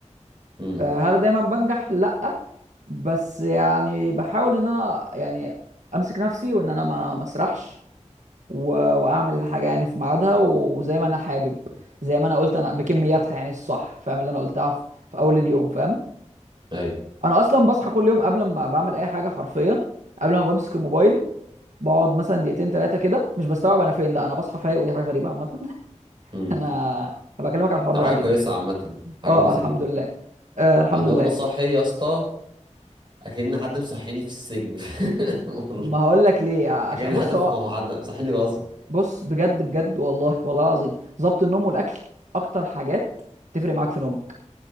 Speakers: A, on the right; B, on the right.
A: امم
B: آه، هل دايما بنجح لا بس يعني بحاول ان انا يعني امسك نفسي وان انا ما مسرحش و... واعمل الحاجه يعني في ميعادها وزي ما انا حابب زي ما انا قلت انا بكمياتها يعني الصح فاهم اللي انا قلتها في في اول اليوم فاهم
A: ايوه
B: انا اصلا بصحى كل يوم قبل ما بعمل اي حاجه حرفيا قبل ما بمسك الموبايل بقعد مثلا دقيقتين ثلاثه كده مش بستوعب انا فين لا انا بصحى فايق ودي حاجه غريبه عامه <laughs>
A: امم
B: انا هبقى اكلمك عن الحوار
A: ده
B: ده
A: حاجه
B: بعدين
A: كويسه عامه حاجه
B: اه
A: كويسه
B: آه، الحمد
A: جدا
B: لله آه الحمد
A: انا النهارده
B: لله
A: صاحي يا اسطى اكن حد مصحيني في السجن <laughs> والله
B: ما هقول لك ليه عشان
A: اكن
B: بص
A: حد
B: هو
A: حد مصحيني غصب
B: بص بجد بجد والله والله العظيم ظبط النوم والاكل اكتر حاجات تفرق معاك في نومك